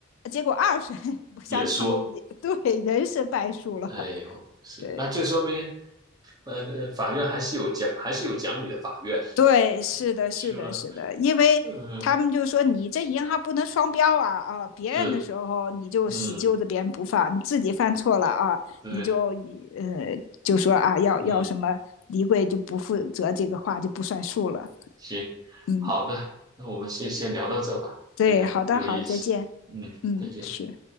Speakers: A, on the left (about 80°); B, on the right (about 20°).
A: 结果二审 <laughs> 相当于对人是败诉了。
B: 也说，哎呦，是，
A: 对，
B: 那就说明，呃，法院还是有讲，还是有讲理的法院，
A: 对，是的，
B: 是吧？
A: 是的，是的，因为他们就说你这银行不能双标啊啊！
B: 嗯，
A: 别人的时候你就死揪着别人不放，
B: 是，嗯，
A: 你自己犯错了啊，
B: 对，
A: 你就呃就说啊要要什么离柜就不负责这个话就不算数了。
B: 嗯，行，
A: 嗯，
B: 好的，那我们先先聊到这吧，
A: 对，
B: 这个有意思，
A: 好的，好，再见。
B: 嗯，
A: 嗯，
B: 再见。
A: 是。